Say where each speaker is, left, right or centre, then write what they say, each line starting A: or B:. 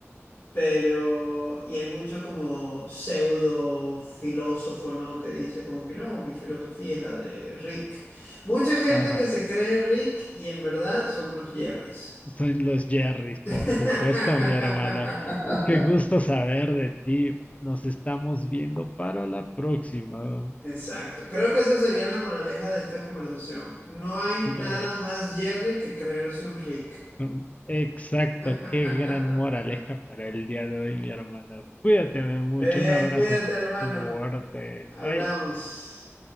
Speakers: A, on the left; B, on the left.
A: pero y hay mucho como pseudo filósofo, ¿no? Que dice como que no, mi filosofía es la de Rick. Mucha gente
B: ajá.
A: que se cree Rick y en verdad son unos Jerrys.
B: Son los Jerrys, por
A: <laughs>
B: supuesto, mi hermano. Qué gusto saber de ti. Nos estamos viendo para la próxima.
A: Exacto. Creo que esa sería la moraleja de esta conversación. No hay nada
B: Lo es.
A: más Jerry que creerse un Rick.
B: Mm, Exacto,
A: <laughs>
B: qué gran moraleja para el día de hoy, mi hermano. Cuídate mucho,
A: Muy bien,
B: un abrazo
A: cuídate, hermano.
B: fuerte.
A: Hablamos.
B: Bye.